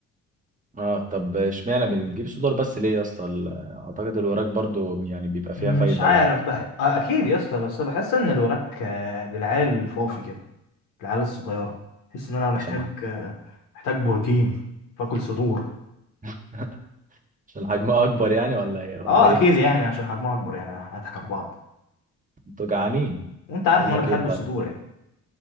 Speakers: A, on the right; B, on the left.
A: اه طب اشمعنى بتجيب صدور بس ليه يا اسطى ال- اعتقد الوراك برضو يعني بيبقى فيها
B: مش
A: فايده
B: عارف
A: و...
B: بح... آه، اكيد يا اسطى بس بحس ان الوراك آه، للعيال الفوفي كده العيال الصغيره بحس ان انا محتاج
A: عشان
B: آه، محتاج بروتين فاكل صدور
A: <laughs> عشان حجمها اكبر يعني ولا ايه ولا
B: اه
A: ايه
B: اكيد يعني عشان حجمها اكبر يعني هنضحك على بعض
A: انتوا جعانين
B: وانت عارف
A: هقول
B: ان انا
A: لك
B: بحب
A: ايه
B: الصدور
A: طيب
B: يعني